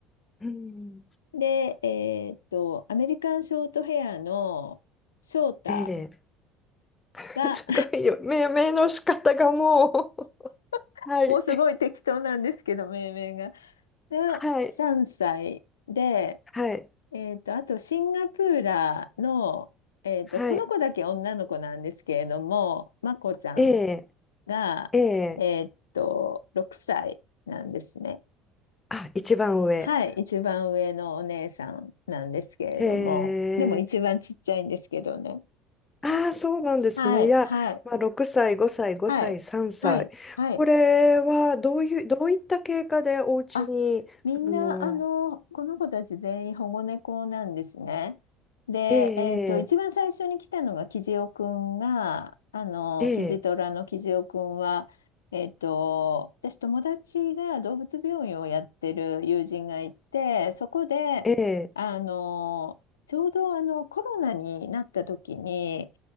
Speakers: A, on the left; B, on the left.
A: うん、
B: で、えーっと、アメリカンショートヘアの翔太
A: ええ、<laughs>
B: が
A: すごいよ、命名の仕方がもう
B: <laughs>
A: <laughs> はい、
B: もうすごい適当なんですけど、命名が。が3歳で、
A: はい、はい、
B: えーっと、あとシンガプーラーの、えーっと、
A: はい、
B: この子だけ女の子なんですけれども、まこちゃん
A: ええ、
B: が、
A: ええ、
B: えーっと、6歳なんですね。
A: あ、一番上、
B: はい、一番上のお姉さんなんですけれども、
A: へえ、
B: でも一番ちっちゃいんですけどね。
A: ああ、そうなんですね、
B: はい、
A: いや、
B: はい。
A: まあ、6歳、5歳、5歳、
B: はい、
A: 3歳、
B: はい、はい。
A: これはどういう、どういった経過でお家に、
B: あ、みんな、
A: あの、
B: あの、この子たち全員保護猫なんですね。で、
A: ええ、
B: えっと、一番最初に来たのがキジオくんが、あの、
A: ええ、
B: キジトラのキジオくんは、えっと、私友達が動物病院をやってる友人がいて、そこで、
A: ええ、
B: あの、ちょうどあの、コロナになった時に、